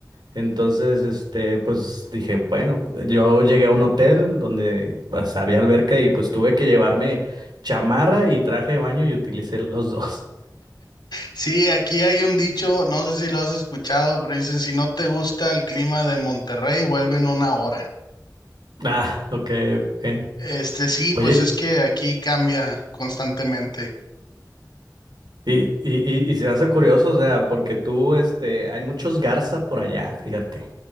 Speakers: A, on the right; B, on the left.
A: Entonces, este, pues dije, bueno, yo llegué a un hotel donde pues, había alberca y pues tuve que llevarme chamarra y traje de baño y utilicé los dos. <laughs>
B: Sí, aquí hay un dicho, no sé si lo has escuchado, pero dicen, si no te gusta el clima de Monterrey, vuelve en una hora.
A: Ah, ok, ok.
B: Este, sí,
A: Oye,
B: pues es que aquí cambia constantemente.
A: Y, y, y, y se me hace curioso, o sea, porque tú, este, hay muchos Garza por allá, fíjate,